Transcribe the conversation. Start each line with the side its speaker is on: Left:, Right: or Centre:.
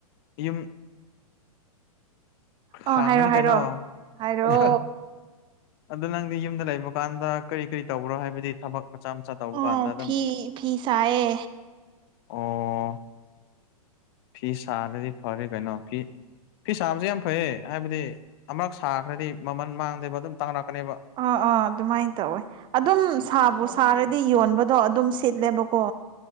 Left: ꯌꯨꯝ ꯈꯥꯡꯉꯅꯤ
Right: ꯑ ꯍꯥꯏꯔꯣ ꯍꯥꯏꯔꯣ
Left: ꯀꯩꯅꯣ
Right: ꯍꯥꯏꯔꯣ
Left: <unintelligible> ꯑꯗꯣ ꯅꯪꯗꯤ ꯌꯨꯝꯗ ꯂꯩꯕ ꯀꯥꯟꯗ ꯀꯔꯤ ꯀꯔꯤ ꯇꯧꯕ꯭ꯔꯣ ꯍꯥꯏꯕꯗꯤ ꯊꯕꯛ ꯃꯆꯥ ꯃꯆꯥ ꯇꯧꯕ
Right: ꯑꯣ
Left: ꯀꯥꯟꯗ ꯑꯗꯨꯝ
Right: ꯐꯤ ꯐꯤ ꯁꯥꯏꯌꯦ
Left: ꯑꯣ ꯐꯤ ꯁꯥꯔꯗꯤ ꯐꯔꯦ ꯀꯩꯅꯣ ꯐꯤ- ꯐꯤ ꯁꯥꯕꯁꯦ ꯌꯥꯝ ꯐꯩꯌꯦ ꯍꯥꯏꯕꯗꯤ ꯑꯃꯔꯛ ꯁꯥꯈ꯭ꯔꯗꯤ ꯃꯃꯜ ꯃꯥꯡꯗꯦꯕ ꯑꯗꯨꯝ ꯇꯥꯡꯔꯛꯀꯅꯦꯕ
Right: ꯑ‌ꯣ ꯑꯣ ꯑꯗꯨꯃꯥꯏꯅ ꯇꯧꯋꯦ ꯑꯗꯨꯝ ꯁꯥꯕꯨ ꯁꯥꯔꯗꯤ ꯌꯣꯟꯕꯗꯣ ꯑꯗꯨꯝ ꯁꯤꯠꯂꯦꯕꯀꯣ